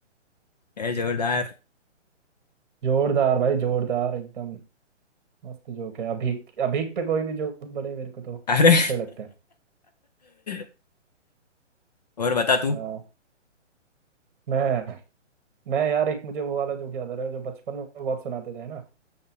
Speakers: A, on the left; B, on the right.
A: ये जोरदार
B: जोरदार भाई जोरदार एकदम मस्त जोक है अभीक अभीक पे कोई भी जोक बड़े मेरे को तो अच्छे
A: अरे
B: लगते हैं
A: <laughs> और बता तू
B: आ, मैं मैं यार एक मुझे वो वाला जोक याद आ रहा है जो बचपन में बहुत सुनाते थे है ना